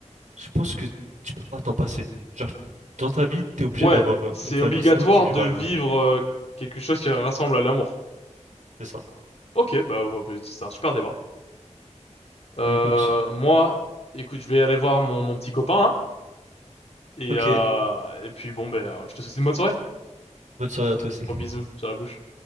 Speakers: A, on the right; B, on the left.
A: Je pense que tu peux pas t'en passer. Genre, dans ta vie, t'es obligé
B: Ouais,
A: d'avoir
B: c'est
A: une famille,
B: obligatoire
A: sinon tu vis
B: de
A: mal.
B: vivre euh, quelque chose qui rassemble à l'amour.
A: C'est ça.
B: Ok, bah, bah, c'est un super débat. Euh,
A: Ben écoute,
B: moi, écoute, je vais aller voir mon, mon petit copain, hein, et,
A: ok,
B: euh, et puis bon, ben, euh, je te souhaite une bonne soirée.
A: bonne soirée à toi aussi.
B: Gros bisous sur la bouche.